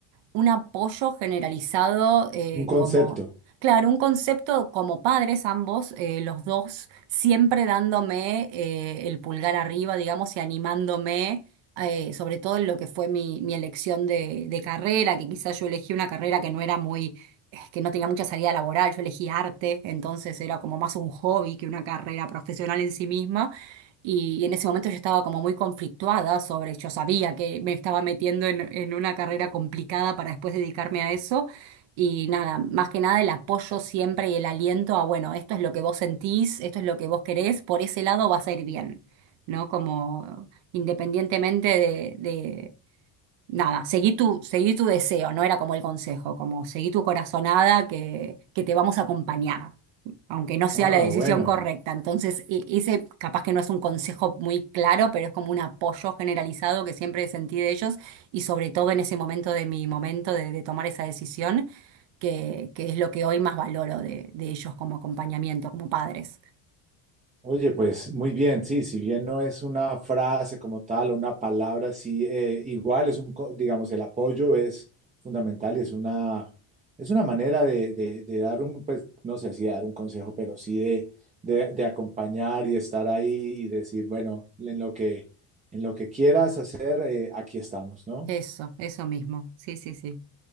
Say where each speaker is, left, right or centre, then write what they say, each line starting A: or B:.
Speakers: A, on the right; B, on the right.
A: un apoyo generalizado eh,
B: Un concepto.
A: como, claro, un concepto como padres ambos, eh, los dos, siempre dándome eh, el pulgar arriba, digamos, y animándome, eh, sobre todo en lo que fue mi, mi elección de, de carrera, que quizás yo elegí una carrera que no era muy, eh, que no tenía mucha salida laboral, yo elegí arte, entonces era como más un hobby que una carrera profesional en sí misma. Y, y en ese momento yo estaba como muy conflictuada sobre, yo sabía que me estaba metiendo en, en una carrera complicada para después dedicarme a eso. Y nada, más que nada el apoyo siempre y el aliento a, bueno, esto es lo que vos sentís, esto es lo que vos querés, por ese lado vas a ir bien, ¿no? Como independientemente de, de nada, seguí tu, seguí tu deseo, no era como el consejo, como seguí tu corazonada que, que te vamos a acompañar, aunque no sea
B: Ah,
A: la decisión
B: bueno.
A: correcta. Entonces, e- ese capaz que no es un consejo muy claro, pero es como un apoyo generalizado que siempre sentí de ellos y sobre todo en ese momento de mi momento de, de tomar esa decisión, que, que es lo que hoy más valoro de, de ellos como acompañamiento, como padres.
B: Oye, pues muy bien, sí, si bien no es una frase como tal o una palabra, sí, eh, igual es un, co- digamos, el apoyo es fundamental y es una, es una manera de, de- de dar un, pues, no sé si dar un consejo, pero sí de, de- de acompañar y estar ahí y decir, bueno, en lo que, en lo que quieras hacer, eh, aquí estamos, ¿no?
A: Eso, eso mismo. Sí, sí, sí.